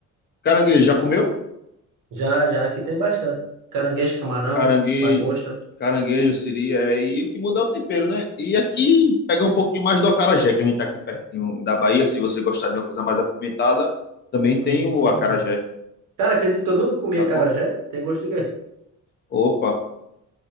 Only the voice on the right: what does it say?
Já, já, aqui tem bastante. Caranguejo, camarão,
lagosta.
Hum.
Cara, acredito que eu nunca comi
acarajé. Tem gosto de quê?